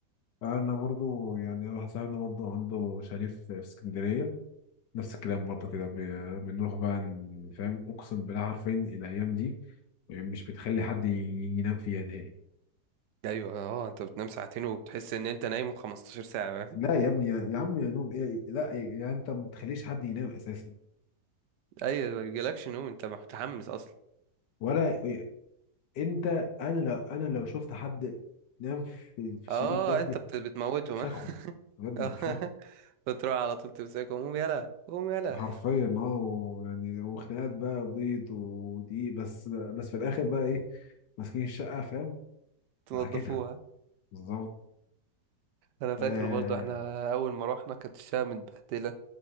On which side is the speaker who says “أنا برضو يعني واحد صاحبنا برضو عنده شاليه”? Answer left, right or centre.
Left